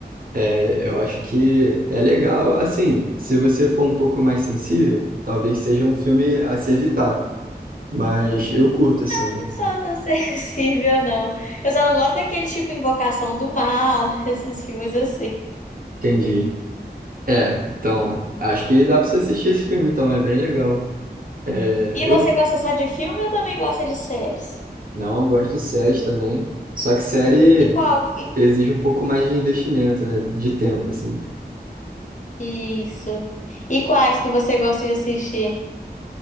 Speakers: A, on the right (about 55°); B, on the left (about 45°).
A: é, eu acho que é legal, assim, se você for um pouco mais sensível, talvez seja um filme a se evitar. Mas eu curto, assim.
B: Eu não sou tão <laughs> sensível, não. Eu só não gosto daquele tipo Invocação do Mal, <laughs> esses filmes assim.
A: Entendi. É, então, acho que dá pra você assistir esse filme, então, é bem legal. É,
B: E
A: eu
B: você gosta só de filme ou também gosta de séries?
A: não gosto de séries também, só que série
B: E qual? e-
A: exige um pouco mais de investimento, né? De tempo, assim.
B: Isso. E quais que você gosta de assistir?